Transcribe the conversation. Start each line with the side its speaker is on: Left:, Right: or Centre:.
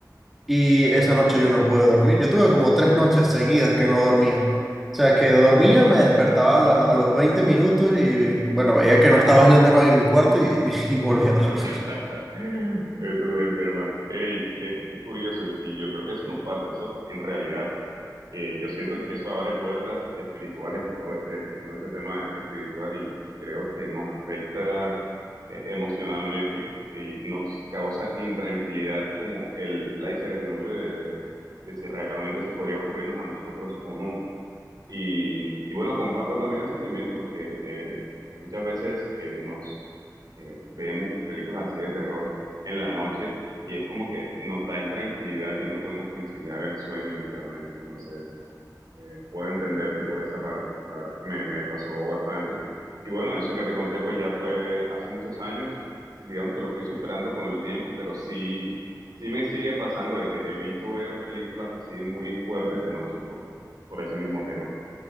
Centre: Y esa noche yo no pude dormir. Yo tuve como tres noches seguidas que no dormía. O sea, que dormía, me despertaba a, las- a los 20 minutos y bueno, veía que no estaba Slenderman en mi cuarto y, <laughs> y volví a dormir.
Right: <laughs> Es Slenderman. Ey, qué, qué curioso. Y sí, yo creo que eso nos pasa. Eso, en realidad, eh, yo siento que eso abre puertas espirituales en todo este, en todo este tema espiritual y, y creo que nos afecta eh, emocionalmente y nos causa intranquilidad como el, la incertidumbre de, de si realmente eso podría ocurrirnos a nosotros o no. Y, y bueno, comparto también el sentimiento porque eh, muchas veces eh, nos eh, vemos películas así de terror en la noche y es como que nos da intranquilidad y no podemos conciliar el sueño literalmente. Entonces, eh, puedo entenderte por esa parte. La verdad es que me, me pasó bastante. Y bueno, eso que te conté pues ya fue hace muchos años. Digamos que lo fui superando con el tiempo, pero sí, sí me sigue pasando de que evito ver películas así muy fuertes de noche por, por ese mismo tema.